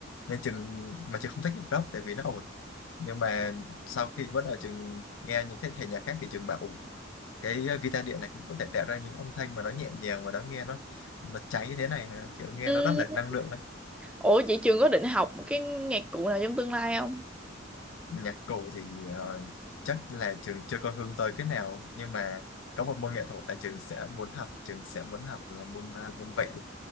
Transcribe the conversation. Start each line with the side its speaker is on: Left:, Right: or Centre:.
Left: nên Trường mà Trường không thích nhạc rock tại vì nó ồn nhưng mà sau khi bắt đầu Trường nghe những cái thể nhạc khác thì Trường bảo ổn cái ờ, guitar điện này cũng có thể tạo ra những âm thanh mà nó nhẹ nhàng mà nó nghe nó nó cháy như thế này hả? kiểu nghe
Centre: ừ.
Left: nó rất là năng lượng
Centre: ủa chị Trường có định học một cái nhạc cụ nào trong tương lai không
Left: nhạc cụ thì ờ, chắc là trường chưa có hướng tới cái nào nhưng mà có một môn nghệ thuật là trường sẽ muốn học trường sẽ muốn học là môn ờ, môn vẽ